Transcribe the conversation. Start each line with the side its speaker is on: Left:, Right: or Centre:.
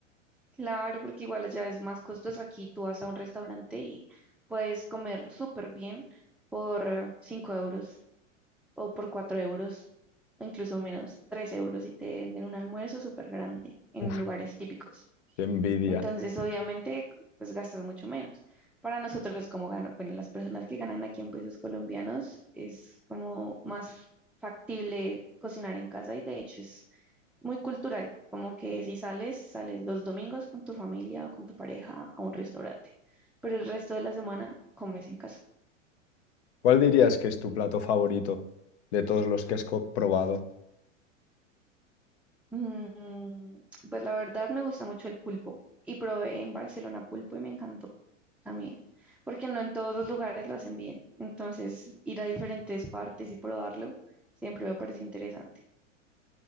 Centre: Claro, porque igual allá es más costoso. Aquí tú vas a un restaurante y puedes comer súper bien por eh, 5 euros o por 4 euros, o incluso menos, 3 euros y te venden un almuerzo súper grande en
Left: Uf,
Centre: lugares típicos.
Left: qué envidia.
Centre: Entonces, obviamente, pues gastas mucho menos. Para nosotros, como gano, bueno, las personas que ganan aquí en pesos colombianos, es como más factible cocinar en casa y de hecho es muy cultural, como que si sales, sales los domingos con tu familia o con tu pareja a un restaurante, pero el resto de la semana comes en casa.
Left: ¿Cuál dirías que es tu plato favorito de todos los que has co- probado?
Centre: Mm, pues la verdad me gusta mucho el pulpo y probé en Barcelona pulpo y me encantó también, porque no en todos los lugares lo hacen bien. Entonces, ir a diferentes partes y probarlo siempre me parece interesante.